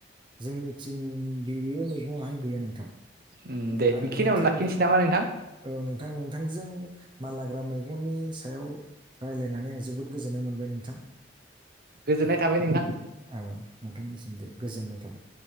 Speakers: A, on the right; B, on the right.
A: जोंनिथिं बेयो मैगङाहाय गैया नोंथां।
B: उम दे
A: आङो
B: बेखिनियावनो
A: नोथां
B: लाखिनोसै नामा नोंथां
A: ओ नोंथां नोंथांजों मानलाग्रा मै <unintelligible> सायाव रायज्लायनानै आं जोबोद गोजोननाय मोनबाय नोंथां।
B: गोजोननाय थाबाय नोंथां
A: औ नोंथांनिसिम दे गोजोननाय थाबाय।